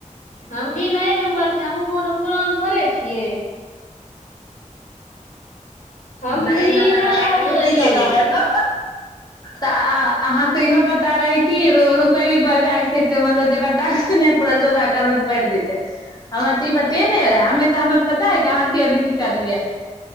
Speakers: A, on the left (about 70°); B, on the left (about 30°).
A: हम भी नये मेम्बर
B: <unintelligible>
A: छियै हमहूँ कोनो पुरान थोड़े छियै हम
B: नए
A: भी
B: नम्बर
A: इएह
B: बला
A: बार
B: के
A: जुड़लियै
B: बुद्धि जादा
A: ये
B: है ने तऽ अहाँके तऽ इहो पता रहै कि रुपैआ भी बढ़बयके छै तऽ मतलब जकरा टासक नहि पड़ल छै ओकरा करबै तऽ बढ़ि जेतै हमरा तऽ ई पते नहि है हमे तऽ हमरा पता है अहाँके अभी की करलियै